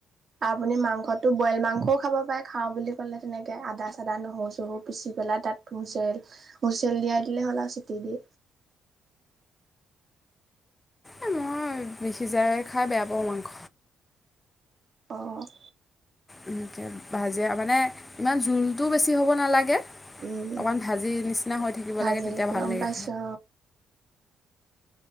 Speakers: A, on the right; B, on the left.
A: আপুনি মাংসটো বইল মাংস খাব পাৰে খাওঁ বুলি ক'লে তেনেকৈ আদা চদা নহৰু চহৰু পিচি পেলাই তাত হুইচেল- হুইচেল দিয়াই দিলে হ'ল আৰু চিটি দি।
B: এ মই সিজাই খাই বেয়া পাওঁ মাংস।
A: অ',
B: এনেকে ভাজে মানে ইমান জোলটোও বেছি হ'ব নালাগে।
A: উম
B: অকণমান ভাজি নিচিনা হৈ থাকিব
A: ভাজিলে
B: লাগে তেতিয়া
A: গম
B: ভাল লাগে।
A: পাইছো